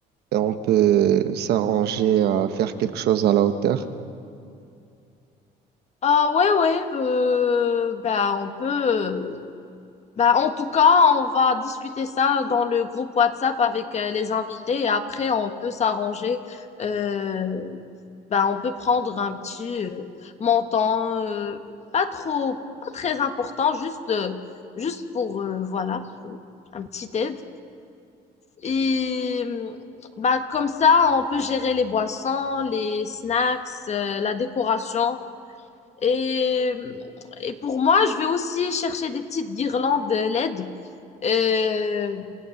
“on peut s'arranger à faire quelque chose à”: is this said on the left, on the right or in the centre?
Right